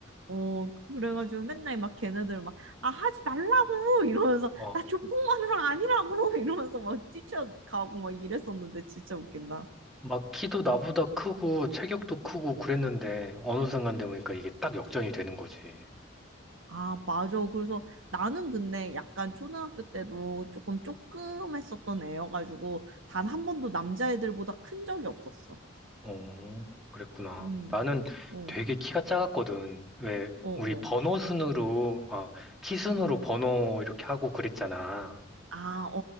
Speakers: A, on the right (about 80°); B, in the centre.
A: 어, 그래가지고 맨날 막 걔네들 막, 아, 하지 말라고! 이러면서,
B: 어.
A: 나 조폭마누라 아니라고! <laughs> 이러면서 막 뛰쳐가고 막 이랬었는데 진짜 웃긴다.
B: 막 키도 나보다 크고 체격도 크고 그랬는데 어느 순간 되니까 이게 딱 역전이 되는 거지.
A: 아, 맞아. 그래서 나는 근데 약간 초등학교 때도 조금 쪼금했었던 애여가지고 단 한 번도 남자애들보다 큰 적이 없었어.
B: 어, 그랬구나.
A: 음,
B: 나는
A: 어,
B: 되게 키가 작았거든. 왜,
A: 어,
B: 우리 번호
A: 어.
B: 순으로, 어, 키 순으로 번호 이렇게 하고 그랬잖아.
A: 아, 어,